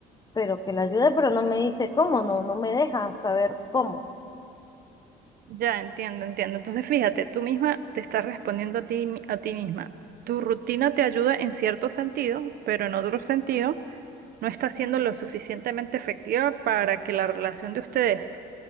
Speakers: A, on the left; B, on the right.
A: pero que la ayude, pero no me dice cómo, no, no me deja saber cómo.
B: Ya entiendo, entiendo. Entonces, fíjate, tú misma te estás respondiendo a ti, mi- a ti misma. Tu rutina te ayuda en cierto sentido, pero en otro sentido no está siendo lo suficientemente efectiva para que la relación de ustedes,